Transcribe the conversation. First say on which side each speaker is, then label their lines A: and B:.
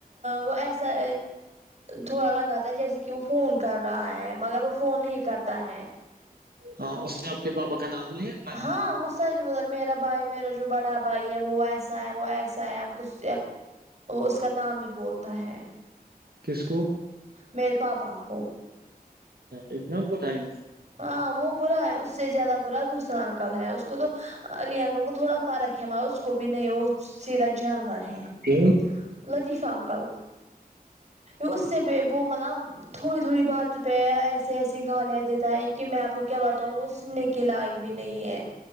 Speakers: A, on the right (about 45°); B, on the right (about 85°).
A: وہ ایسا تھوڑا لگاتا ہے جیسے کہ وہ فون کر رہا ہے مگر وہ فون نہیں کرتا ہے
B: ہاں اس نے آپ کے پاپا کا نام لیا
A: ہاں اس سچ بولا میرا بھائی میرا جو بڑا بھائی ہے وہ ایس اں وہ ایسا ہے کچھ اس کا نام بھی بولتا ہے
B: کس کو
A: میرے پاپا کو
B: اتنا پنایس
A: ہاں وہ برا ہے اس سے زیادہ برا دوسرا انکل ہے اس کو تو علی انکل کو تھوڑا فرق ہما اس کو بھی نہیں وہ سیدھا جانور ہے
B: تین
A: لاطیفہ انکل اس سے وہ مطلب تھوڑی تھوڑی بات پہ ایسے ایسے گالیاں دیتا ہے کہ میں آپ کو کیا بتاوں وہ سننے کے لائق بھی نہیں ہے